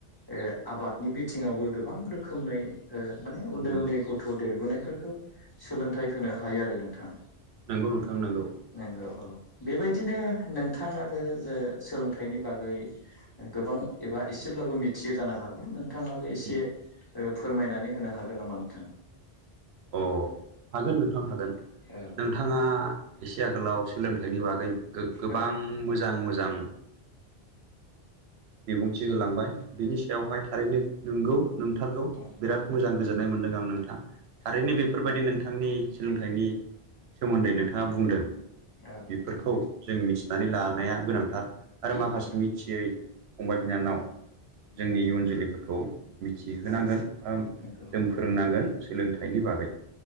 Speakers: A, on the left (about 20°); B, on the right (about 75°).
A: ओ आबादनि बिथिङावबो गोबां रोखोमै ओ माने उन्दै
B: उम
A: उन्दै गथ' देरबोनायफोरखौ सोलोंथाइ होनो हायो आरो नोंथां
B: नंगौ नोंथां नांगौ
A: नंगौ औ बेबायदिनो नोंथाङाबो जे सोलोंथाइनि बागै गोबां एबा एसेब्लाबो मिथि थियो जानो हागौ नोंथाङाबो एसे
B: उम
A: फोरमायनानै होनो हागोन नामा नोंथाङा?
B: अ हागोन नोंथां हागोन
A: औ
B: नोंथाङा एसे आग आथिखालाव सोलोंथाइनि बागै गोबां
A: औ
B: मोजां मोजां बिबुंथि होलांबाय बिनि सायावहाय थारैनो नोंगौ। नोंथारगौ
A: औ
B: बिराद
A: औ
B: मोजां गोजोननाय मोनदों आं नोंथां। थारैनो
A: जागोन
B: बेफोरबायदि
A: नोंथां
B: नोंथांनि सोलोंथाइनि सोमोन्दै नोंथाङा बुंदों
A: जागोन औ
B: बेफोरखौ
A: नोंथां
B: जों मिथिनानै लानाया गोनांथार। आरो
A: नंगौ
B: माखासे
A: नंगौ
B: मिथियै फंबाय बिनानाव
A: नंगौ
B: जोंनि
A: नंगौ
B: इयुन जोलैफोरखौ मिथिहोनांगोन
A: औ
B: बा
A: नंगौ
B: जों
A: नंगौ
B: फोरोंनांगोन। सोलोंथाइनि बागै